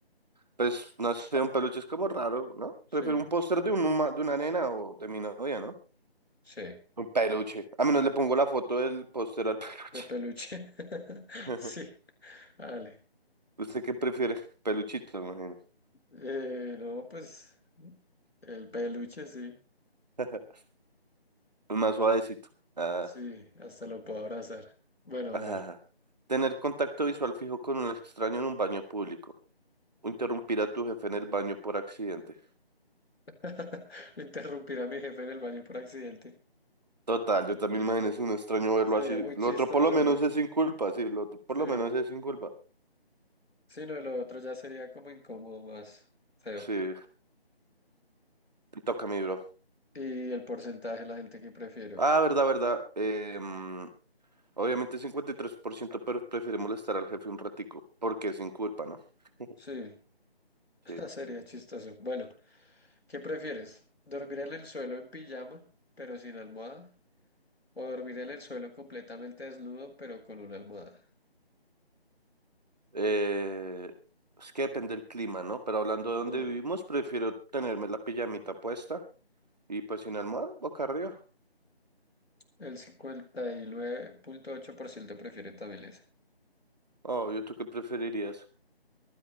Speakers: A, on the right; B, on the left.
A: Pues no sé, un peluche es como raro, ¿no? Prefiero
B: Sí,
A: un póster de, un huma- de una nena o de mi novia, ¿no?
B: sí.
A: Un peluche. A menos le pongo la foto del póster al peluche.
B: De peluche. <laughs>
A: <laughs>
B: Sí, vale.
A: ¿Usted qué prefiere? Peluchito, me imagino.
B: Eh, no, pues el peluche sí,
A: <laughs> El más suavecito. Ah,
B: sí, hasta lo puedo abrazar. Bueno,
A: ah.
B: hágale.
A: Tener contacto visual fijo con un extraño en un baño público. O interrumpir a tu jefe en el baño por accidente.
B: <laughs> Interrumpir a mi jefe en el baño por accidente.
A: Total, yo también imagino es un extraño verlo
B: Sería
A: así.
B: muy
A: Lo
B: chistoso,
A: otro por lo menos
B: güey.
A: es sin culpa, sí. Lo otro por
B: Sí,
A: lo menos es sin culpa.
B: sí, no, lo otro ya sería como incómodo, más feo.
A: Sí, te toca a mí, bro.
B: Y el porcentaje de la gente que prefiere, ok.
A: Ah, verdad, verdad. Em, obviamente 53%, pre- prefiere molestar al jefe un ratico, porque es sin culpa, ¿no? <laughs>
B: Sí, <laughs>
A: Sí.
B: sería chistoso. Bueno, ¿qué prefieres? ¿Dormir en el suelo en pijama, pero sin almohada? O dormir en el suelo completamente desnudo, pero con una almohada.
A: Eh, es que depende del clima, ¿no? Pero hablando de donde
B: Mm,
A: vivimos, prefiero tenerme la pijamita puesta y pues sin almohada, boca arriba.
B: El cincuenta y nueve punto ocho por ciento prefiere también ese.
A: Oh, ¿yo tú qué preferirías?